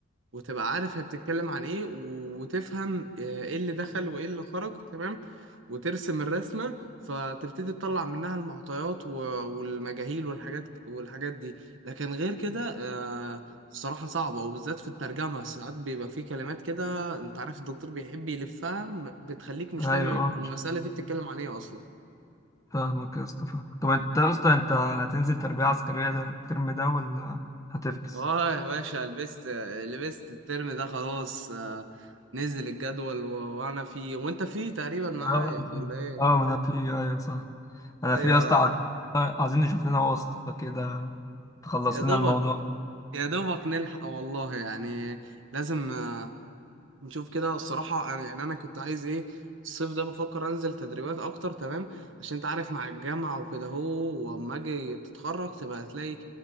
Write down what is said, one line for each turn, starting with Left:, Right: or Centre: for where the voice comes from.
Right: وتبقى عارف هي بتتكلم عن ايه و- وتفهم آه، ايه اللي دخل وايه اللي خرج تمام وترسم الرسمة فتبتدي تطلع منها المعطيات و- والمجاهيل والحاجات والحاجات دي لكن غير كده آه، الصراحة صعبة وبالذات في الترجمة ساعات بيبقى في كلمات كده انت عارف الدكتور بيحب يلفها م- بتخليك مش
Left: ايوه
Right: فاهم
Left: اه
Right: المسألة دي بتتكلم عن ايه اصلا
Left: فاهمك يا اسطى فاهم طب انت يا اسطى انت هتنزل تربية عسكرية ده الترم ده ولا هتفكس؟
Right: اه يا باشا لبست لبست الترم ده خلاص آه، نزل الجدول و... وانا فيه وانت فيه تقريبا معايا
Left: اه انا
Right: ولا
Left: في اه ما انا في ايوه صح انا
Right: ايوه
Left: في يا اسطى عايز- عايزين نشوف لنا واسطة كده تخلص
Right: يا دوبك
Left: لنا الموضوع
Right: يا دوبك نلحق والله يعني لازم آه، نشوف كده الصراحه أنا- يعني انا كنت عايز ايه الصيف ده بفكر انزل تدريبات اكتر تمام عشان انت عارف مع الجامعه وكده هو واما اجي تتخرج تبقى هتلاقي